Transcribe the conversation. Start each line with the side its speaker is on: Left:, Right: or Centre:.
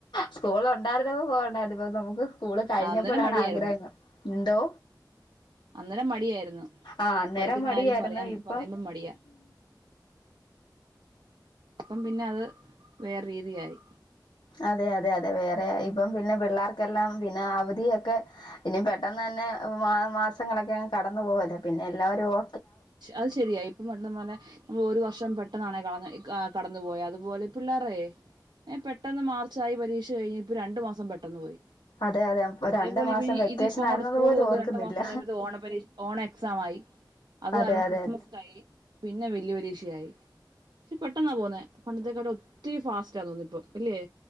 Left: സ്കൂള് ഉണ്ടായിരുന്നപ്പ പോവണ്ടാര്ന്ന് പ്പൊ നമുക്ക് സ്കൂള് കഴിഞ്ഞപ്പൊഴാണ്
Right: അന്നേരം മടിയായിരുന്നു
Left: ആഗ്രഹം ന്ന് എന്തോ.
Right: അന്നേരം മടിയായിരുന്നു
Left: ആ അന്നേരം
Right: പഠിക്കുന്ന
Left: മടിയരുന്നു.
Right: കാര്യം പറയാൻ
Left: ഇപ്പം
Right: പറയുമ്പം മടിയാ ഇപ്പം പിന്നെ അത് വേറെ രീതിയായി.
Left: അതെ അതെ അതെ. വേറെ ഇപ്പം പിന്നെ പിള്ളേർക്കെല്ലാം പിന്നെ അവധിയൊക്കെ ഇനി പെട്ടെന്ന് തന്നെ മാസങ്ങളൊക്കെ അങ് കടന്നു പോവല്ലേ പിന്നെ എല്ലാവരും ഓ
Right: അത് ശരിയായി പർഞ്ഞ പെലെ നമ്മ്ള് ഒരു വർഷം പെട്ടന്നാണേ കളന്ന് ക കടന്നു പോയ അതുപോലെ പിള്ളാറേയ് ഏ പെട്ടെന്ന് മാർച്ചായി പരീക്ഷ കഴിഞ് ഇപ്പൊ രണ്ടു മാസം പെട്ടെന്ന് പോയി.
Left: അതെ അതെ
Right: അതേപോലെ
Left: രണ്ടു മാസം
Right: ഇപ്പ ഈ
Left: വെക്കേഷൻ
Right: ഇത് ഇപ്പ ഇങ്ങോട്ട്
Left: ആയിരുന്നത്
Right: സ്കൂള്
Left: പോലും
Right: തൊർന്ന്
Left: ഓർക്കുന്നില്ല
Right: രണ്ട് മാസം കഴിയുമ്പോത്ത് ഓണപ്പരീ ഓണ എക്സാം ആയി. അതാകുമ
Left: അതെ അതെ
Right: ക്രിസ്മസ് കഴിഞ് പിന്നെ വല്യ പരീക്ഷയായി. പക്ഷെ പെട്ടെന്നാ പോകുന്നേ പണ്ടത്തെക്കാട്ടും ഒത്തിരി ഫാസ്റ്റാ തോന്ന് ഇപ്പം ഇല്ല്യേ